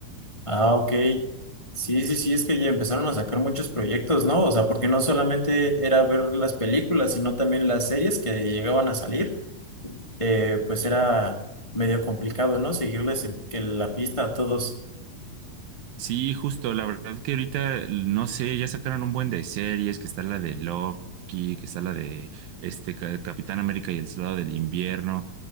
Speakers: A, on the left; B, on the right.
A: Ah, ok. Sí, sí, sí, es que ya empezaron a sacar muchos proyectos, ¿no? O sea, porque no solamente era ver las películas, sino también las series que llegaban a salir. Eh, pues era medio complicado, ¿no? Seguirles el- que la pista a todos.
B: Sí, justo, la verdad que ahorita, l- no sé, ya sacaron un buen de series, que está la de Loki, que está la de este Ca- Capitán América y el Soldado del Invierno.